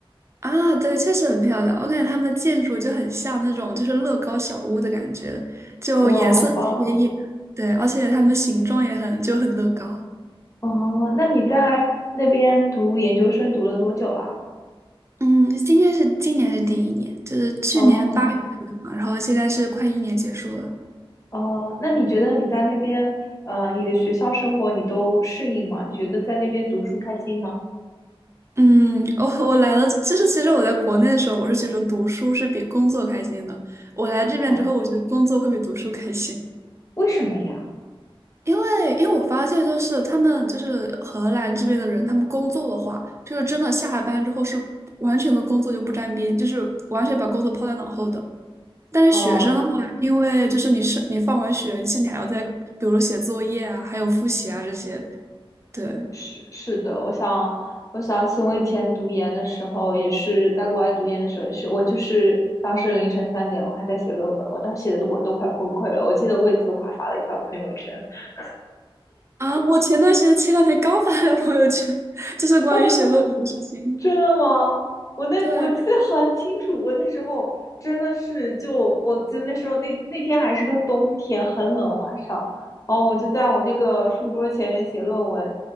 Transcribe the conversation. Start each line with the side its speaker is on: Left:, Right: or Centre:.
Right: 啊。对，确实很漂亮，我感觉他们的建筑就很像那种就是乐高小屋的感觉，就颜色很鲜艳，
Left: 哇，好棒啊！
Right: 对，而且它们形状也很就很乐高。
Left: 哦，那你在那边读研究生读了多久了？
Right: 嗯，今天是今年是第一年，就是去年八月份的嘛，
Left: 哦
Right: 然后现在是快一年结束了。
Left: 哦，那你觉得你在那边呃，你的学校生活你都适应吗？你觉得在那边读书开心吗？
Right: 嗯，我我来了，就是其实我在国内的时候，我是觉得读书是比工作开心的。我来这边之后，
Left: 嗯，
Right: 我觉得工作会比读书开心。
Left: 为什么呀？
Right: 因为因为我发现，就是他们就是荷兰这边的人，他们工作的话，就是真的下了班之后是完全跟工作就不沾边，就是完全把工作抛在脑后的。但是学生的话，
Left: 哦、
Right: 因为就是你是你放完学，其实你还要在比如写作业啊，还有复习啊这些。对
Left: 是是的，我想我想起我以前读研的时候，也是在国外读研的时候，也是我就是当时凌晨三点，我还在写论文，我当时写的都我都快崩溃了。我记得为此我还发了一条朋友圈。<laughs>
Right: 啊，我前段时间前两天刚发了朋友圈，<laughs> 就是关于写论文的事情。
Left: 哦，真的吗？我那我记得很清楚，
Right: 对，
Left: 我那时候真的是就我记得那时候那那天还是个冬天，很冷晚上，然后我就在我那个书桌前面写论文。